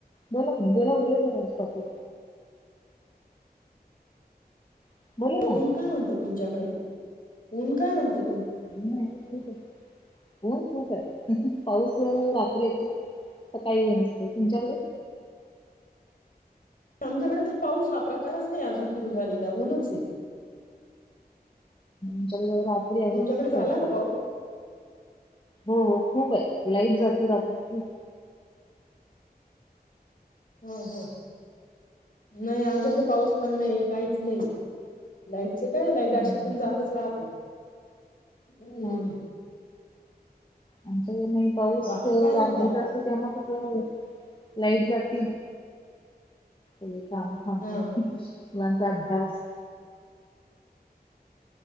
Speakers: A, on the left; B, on the left.
A: बोला तुम्ही बोलत राहा म्हणजे बोला
B: ऊन
A: ना
B: काय म्हणतो तुमच्याकडे ऊन काय म्हणतात.
A: हो ना ऊन खूप आहे खूप खूप आहे पाऊस रा त्री येतो तर सकाळी नसतो तुमच्याकडे?
B: आमच्याकडे तर पाऊस हा प्रकारच नाही अजून सुरू झालेला ऊनच आहे.
A: आच्याकडे रात्री आहे
B: तुमच्याकडे
A: खूप
B: झाला
A: आहे
B: का
A: पाऊस. हो हो खूप आहे लाईट जाते रात्रीची.
B: हां हां नाही आमच्याकडे पाऊस पण नाही काहीच नाही. लाईटच काय लाईट अशी
A: हम्म.
B: पण जातच राहते हम्म.
A: हा. आमच्याकडे नाही पाऊस
B: बाकी
A: रात्रीचा
B: काय म्हणता
A: असत त्यामुळे कस लाईट जाती. सगळी काम थांबतात.
B: हा
A: मुलांचा अभ्यास